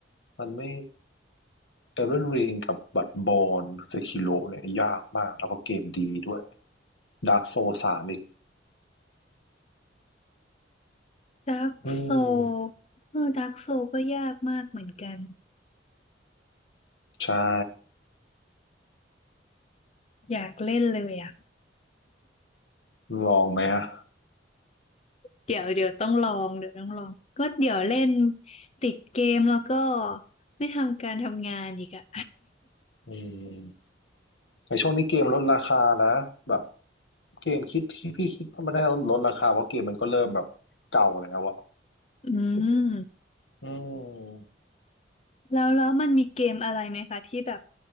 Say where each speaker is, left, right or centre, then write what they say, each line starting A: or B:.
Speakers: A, on the left; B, on the left.
A: มันไม่ Elden Ring กับ Bloodborne Sekiro เนี่ยยากมากแล้วก็เกมดีด้วย Dark Souls สามอีก
B: ดาร์กโซ
A: อืม
B: เออดาร์กโซก็ยากมากเหมือนกัน
A: ใช่
B: อยากเล่นเลยอะ
A: ลองไหมอะ
B: เดี๋ยวเดี๋ยวต้องลองเดี๋ยวต้องลองก็เดี๋ยวเล่นติดเกมแล้วก็ไม่ทำการทำงานอีกอะ
A: อืมในช่วงนี้เกมลดราคานะแบบเกมคิดคิดพี่คิดว่ามันได้ลดราคาเพราะเกมมันก็เริ่มแบบเก่าแล้วอะ
B: อืม
A: อืม
B: แล้วแล้วมันมีเกมอะไรไหมคะที่แบบ